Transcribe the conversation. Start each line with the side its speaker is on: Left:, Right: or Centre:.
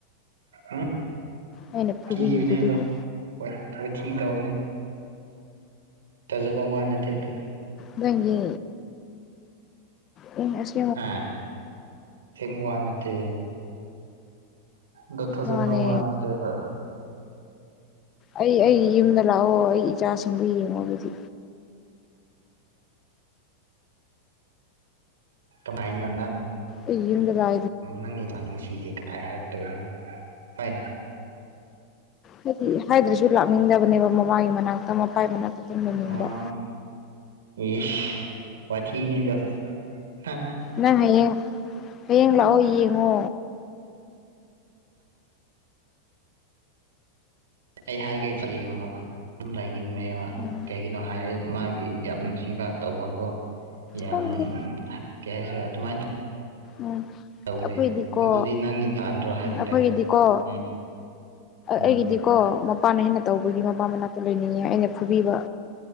Right: ꯎꯝ
Left: ꯑꯩꯅ ꯐꯨꯕꯤꯕꯗꯨ
Right: ꯀꯤꯕꯅꯦ
Left: ꯑꯗꯨꯒꯤ
Right: ꯑꯗꯣ ꯍꯣꯏ ꯍꯣꯏ ꯊꯤ ꯇꯧꯕꯅꯦ ꯇꯥꯖꯕ ꯋꯥ ꯅꯠꯇꯦ ꯑꯗꯣ
Left: ꯅꯪꯒꯤ ꯎ <unintelligible>
Right: ꯑ ꯁꯦꯡꯕ ꯋꯥ ꯅꯠꯇꯦ ꯗꯣ ꯊꯖꯕ
Left: ꯃꯥꯅꯦ
Right: ꯋꯥ ꯅꯠꯇꯦꯕ
Left: ꯑꯩ ꯑꯩꯒꯤ ꯌꯨꯝꯗ ꯂꯥꯛꯑꯣ ꯑꯩꯒꯤ ꯏꯆꯥꯁꯤꯡꯗꯨ ꯌꯦꯡꯉꯣ ꯑꯗꯨꯗꯤ
Right: ꯀꯃꯥꯏꯅꯅ
Left: ꯑꯩꯒꯤ ꯌꯨꯝꯗ ꯂ
Right: ꯅꯪꯒꯤ ꯗꯨ ꯅꯨꯡꯁꯤꯗꯦ ꯀꯥꯏ ꯍꯥꯏꯔꯛꯇꯣꯏꯅꯣ ꯍꯣꯏ
Left: ꯍꯥꯏꯗꯤ ꯍꯥꯏꯗ꯭ꯔꯁꯨ ꯂꯥꯛꯅꯤꯡꯗꯕꯅꯦꯕ ꯃꯃꯥꯒꯤ ꯃꯅꯥꯛꯇ ꯃꯄꯥꯒꯤ ꯃꯅꯥꯛꯇ ꯇꯨꯝ
Right: ꯑꯥ
Left: ꯂꯩꯅꯤꯡꯕ
Right: ꯏꯁ ꯋꯥꯊꯤꯅꯦꯗ ꯍꯥ
Left: ꯅꯪ ꯍꯌꯦꯡ ꯍꯌꯦꯡ ꯂꯥꯛꯑꯣ ꯌꯦꯡꯉꯣ
Right: ꯑꯩ ꯍꯥꯏꯒꯦ ꯊꯦꯝꯕ ꯇꯨꯝ ꯂꯩꯅꯤꯡꯕꯅꯦꯕ
Left: ꯎꯝ
Right: ꯀꯩꯒꯤ ꯅꯣ ꯍꯥꯏꯔꯦ ꯃꯥꯒꯤ ꯌꯥꯝ ꯅꯨꯡꯁꯤꯕ ꯇꯧꯕꯀꯣ ꯌꯥꯝ
Left: ꯈꯪꯗꯦ
Right: ꯀꯩ ꯍꯥꯢꯁꯤꯔ ꯑꯗꯨꯃꯥꯏꯅ
Left: ꯎꯝ
Right: ꯇꯧꯕꯅꯦ
Left: ꯑꯩꯈꯣꯏꯗꯤꯀꯣ
Right: ꯑꯗꯨꯗꯤ ꯅꯪꯒꯤꯗꯤ ꯂꯥꯟꯗ꯭ꯔꯣ ꯍꯥꯏꯕꯅꯤꯗ
Left: ꯑꯩꯈꯣꯏꯒꯤꯗꯤꯀꯣ
Right: ꯎꯝ ꯎꯝ
Left: ꯑꯩꯒꯤꯗꯤ ꯀꯣ ꯃꯄꯥꯅ ꯍꯦꯟꯅ ꯇꯧꯕꯒꯤ ꯃꯄꯥ ꯃꯅꯥꯛꯇ ꯂꯩꯅꯤꯡꯉꯦ ꯑꯩꯅ ꯐꯨꯕꯤꯕ